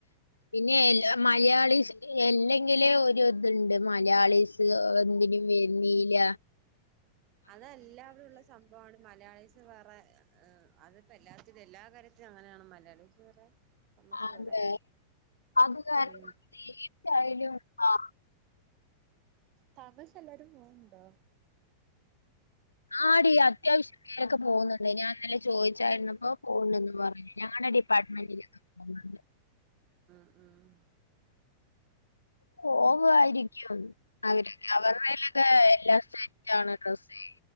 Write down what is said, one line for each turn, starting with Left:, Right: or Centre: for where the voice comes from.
Left: പിന്നെ മലയാളീസ് എല്ലെങ്കിലും ഒരു ഇതുണ്ട് മലയാളി സ് എന്തിനും വെര്ന്നീല
Right: അതെല്ലാവിടെ ള്ള സംഭവണ് മലയാളി <unintelligible> അതിപ്പോ എല്ലാത്തിന് എല്ലാ കാര്യത്തിനും അങ്ങനെയാണ് മലയാളിസ് വേറെ തമസ്
Left: അതെ
Right: വേറെ
Left: അത് കാരണം
Right: ഉം
Left: തീച്ചായാലും ആ
Right: താമസ എല്ലാരും പോുണ്ടോ
Left: ആ ഡീ അത്യാശ്യം പേരൊക്കെ പോന്നൊ ണ്ട് ഞാൻന്നല്ലെ ചോദിച്ചാര്ന്ന് പ്പോ പോണ്ടന്ന് പറഞ്ഞ ഞങ്ങട ഡിപ്പാർട്ട്മെന്റില് <unintelligible>
Right: ഉം ഉം
Left: പോവാരിക്കും അവരെ അവരുടെലൊക്കെ എല്ലാ സെറ്റാണ് ഡ്രസ്സ്